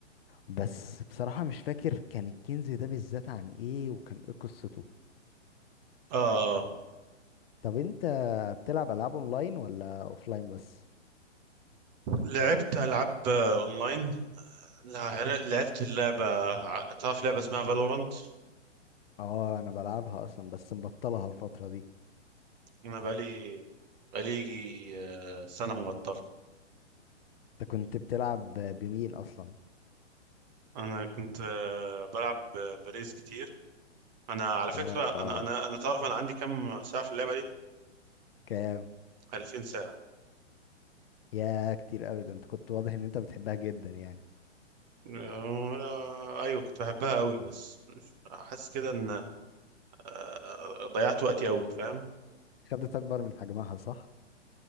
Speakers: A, on the left; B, on the right.
A: بس بصراحة مش فاكر كان الكنز ده بالذات عن ايه وكان ايه قصته
B: اه
A: طب انت بتلعب العاب اونلاين ولا اوفلاين بس
B: لعبت العاب آه، اونلاين لع- لعبت اللعبة ع- تعرف لعبة اسمها فالورانت
A: اه انا بلعبها اصلا بس مبطلها الفتره دي
B: انا بقالي بقالي آه، سنة مبطل
A: انت كنت بتلعب بمين اصلا
B: انا كنت آه، بلعب ب- بريز كتير انا على فكرة
A: اه
B: انا انا انا تعرف انا عندي كم ساعة في اللعبة دي
A: كام
B: 2000 ساعة
A: يا كتير قوي ده انت كنت واضح ان انت بتحبها جدا يعني
B: وانا ايوه كنت بحبها قوي بس مش- حاسس كده ان آه، ضيعت وقتي قوي فاهم
A: خدت اكبر من حجمها صح